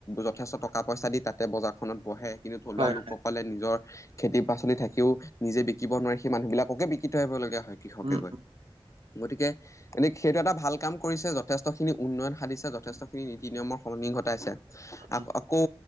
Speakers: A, on the left; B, on the right.
A: যথেষ্ট টকা পইচা দি তাতে বজাৰ খনত বহে কিন্তু থলুৱা
B: হয়
A: লোকসকল সকলে নিজৰ খেতি পাচলি থাকিও নিজে বিকিব নোৱাৰি সেই মানুহ বিলাককে বিকি থৈ আহিবলগীয়া হয়। কৃষকে
B: উম
A: গৈ গতিকে এনে সেইটো এটা ভাল কাম কৰিছে যথেষ্টখিনি উন্নয়ন সাধিছে যথেষ্ট এই ৰীতি -নিয়মৰ সলনি ঘটাইছে
B: উম
A: আক- আকৌ